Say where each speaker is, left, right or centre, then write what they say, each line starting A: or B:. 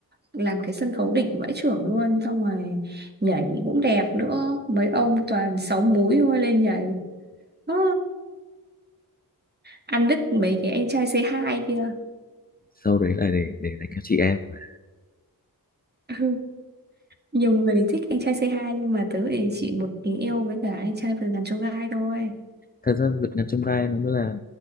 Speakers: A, on the right (about 25°); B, on the left (about 25°).
A: làm cái sân khấu đỉnh vãi chưởng luôn xong rồi nhảy cũng đẹp nữa mấy ông toàn sáu múi thôi lên nhảy Ơ, ăn đứt mấy cái anh trai c hai kia <laughs>
B: sau đấy là để để dành cho chị em mà
A: Ừ, nhiều người thích anh trai c hai nhưng mà tớ thì chỉ một tình yêu với cả anh trai vườn ngàn chông gai thôi
B: thật ra vượt ngàn chông gai nó mới là